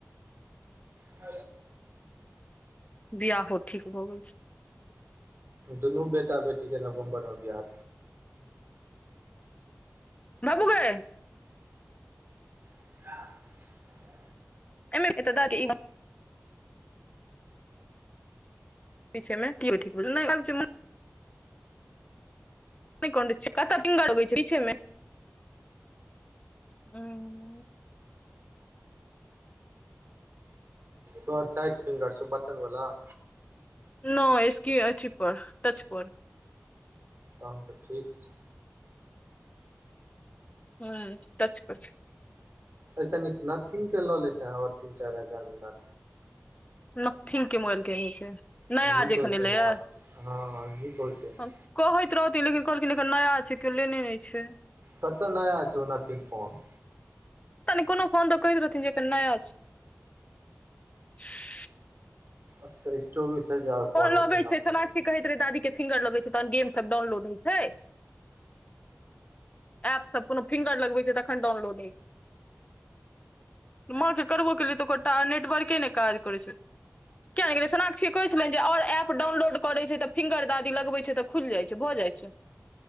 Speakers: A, on the right (about 50°); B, on the left (about 25°).
A: आ
B: बिआाहहो ठीक भ गेल छै
A: दुनू बेटा बेटी क नवम्बर म बियाह
B: <unintelligible>
A: <inaudible>
B: <unintelligible> <inaudible> कंग
A: तोर साइड फिंगर बटन वला-
B: <unintelligible>
A: तहन तऽ ठीक छै।
B: ह च हपर
A: ऐसे न नथिंग के लऽ लेत है और तीन चार हजार ऋ ला
B: <unintelligible>
A: <inaudible>
B: एखन एलै या हम कहैत रहथिन लेकिन कहलखिन एखन नया छै केओ लेने नहि छै।
A: कतऽ नय नथींग फोन
B: <unintelligible>
A: अंऑइस चौबीस हजार
B: फोन
A: पड़ैत
B: लगे
A: छ अपने-ऑ
B: छै सोनाक्षी कहैत दादी के सिंगर लगै छै तह गेम सब डाउनलोड होइ छै। एप सब कोनो फिंगर लगे छै महके करबो केलियै तऽ ओकरटा नटवर्के ने काज करैत छै। <unintelligible> जे आओर एप डाउनलोड करै छै तऽ फिंगर दादी लगबै छै तऽ खुलि जाइ छै भऽ जाइ छै।